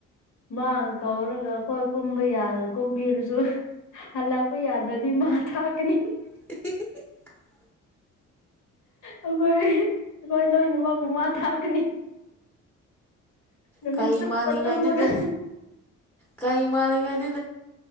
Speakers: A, on the left (about 65°); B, in the centre.
A: ꯃꯥꯥꯡ ꯀꯧꯔꯒ ꯍꯈꯣꯏ ꯀꯨꯝꯕ ꯌꯥꯗ ꯀꯨꯝꯕꯤꯔꯁꯨ ꯍꯜꯂꯛꯄ ꯌꯥꯗ꯭ꯔꯗꯤ ꯃꯥ ꯊꯥꯛꯀꯅꯤ
B: <unintelligible>
A: ꯑꯩꯈꯣꯏ ꯑꯩꯈꯣꯏ ꯂꯣꯏꯅꯃꯛ ꯄꯨ ꯃꯥ ꯊꯥꯛꯀꯅꯤ ꯅꯨꯃꯤꯠ
B: ꯀꯩ
A: ꯆꯨꯞꯄ
B: ꯃꯥꯂꯤꯉꯥꯏꯗꯨꯗ
A: ꯇꯨꯝꯃꯒ
B: ꯀꯩ ꯃꯥꯜꯂꯤꯉꯩꯗꯨ